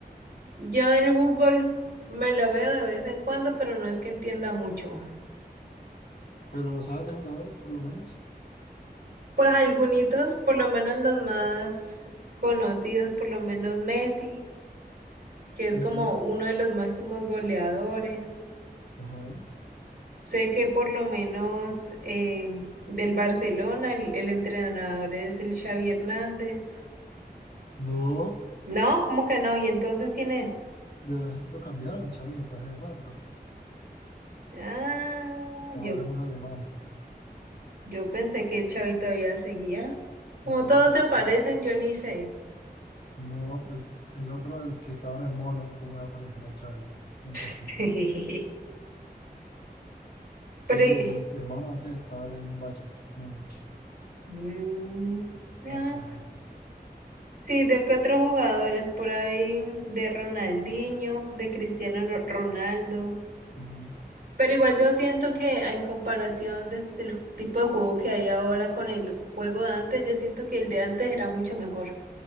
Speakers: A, on the right; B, on the left.
A: yo del fútbol me lo veo de vez en cuando, pero no es que entienda mucho.
B: Pero, ¿sabes de jugadores por lo menos?
A: Pues algunos, por lo menos los más conocidos, por lo menos Messi, que es
B: Ujú,
A: como uno de los máximos goleadores.
B: ajá.
A: Sé que por lo menos eh, del Barcelona el, el entrenador es el Xavi Hernández.
B: No,
A: No, ¿cómo que no? ¿Y entonces quién es?
B: ya lo cambiaron, Xavi se fue hace rato.
A: Ah,
B: Ahora
A: yo,
B: es un alemán.
A: yo pensé que Xavi todavía seguía. Como
B: No,
A: todos
B: ya
A: se parecen,
B: Xavi.
A: yo ni sé.
B: No, pues el otro, el que está ahora es Mono, ¿cómo va a aparecer a Xavi? Un poquito.
A: <laughs>
B: Sí,
A: Pero, eh,
B: y el, y el Mono antes estaba ahora en Bayern, Múnich.
A: mm, ah,
B: Ajá.
A: sí, ¿de qué otros jugadores por ahí? De Ronaldinho, de Cristiano Ro- Ronaldo.
B: ujú.
A: Pero igual yo siento que en comparación de este- del tipo de juego que hay ahora con el juego de antes, yo siento que el de antes era mucho mejor.